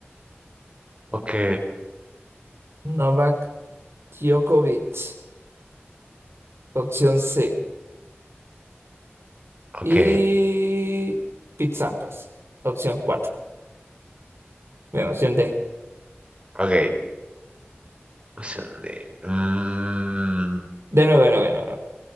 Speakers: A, on the right (about 25°); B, on the right (about 75°).
A: ok,
B: Novak Djokovic, opción C. Y
A: Ok,
B: Pete Sampras, opción cuatro. Bueno, opción D.
A: ok. Opción de- mm,
B: De nuevo, de nuevo, de nuevo.